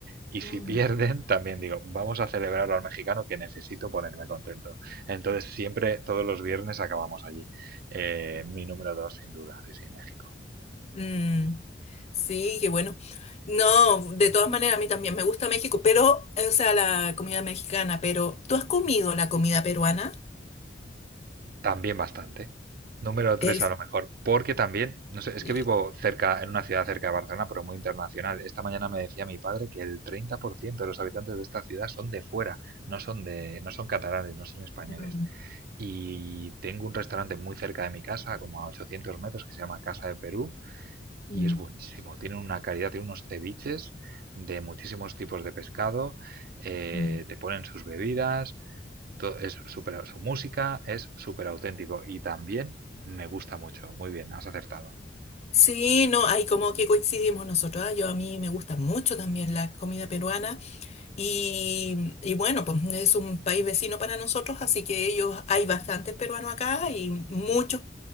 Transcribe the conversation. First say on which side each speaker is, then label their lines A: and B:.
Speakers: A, on the right (about 55°); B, on the left (about 40°).
A: Y si
B: Mm.
A: pierden, también digo, vamos a celebrarlo al mexicano que necesito ponerme contento. Entonces siempre, todos los viernes acabamos allí. Eh, mi número dos, sin duda, sí, sí, México.
B: Mm, sí, qué bueno. No, de todas maneras, a mí también me gusta México, pero, eh, o sea, la comida mexicana, pero ¿tú has comido la comida peruana?
A: También bastante. Número 3
B: Es...
A: a lo mejor, porque también, no sé, es
B: y-
A: que vivo cerca, en una ciudad cerca de Barcelona, pero muy internacional. Esta mañana me decía mi padre que el 30% de los habitantes de esta ciudad son de fuera, no son de, no son catalanes, no son españoles.
B: Mm,
A: Y tengo un restaurante muy cerca de mi casa, como a 800 metros, que se llama Casa de Perú,
B: mm,
A: y es buenísimo. Tienen una calidad, tienen unos ceviches de muchísimos tipos de pescado, eh,
B: mm.
A: te ponen sus bebidas, todo es súper, su música es súper auténtico y también me gusta mucho. Muy bien, has acertado.
B: Sí, no, ahí como que coincidimos nosotros. ah, Yo a mí me gusta mucho también la comida peruana. Y, y bueno, pues es un país vecino para nosotros, así que ellos, hay bastantes peruanos acá y muchos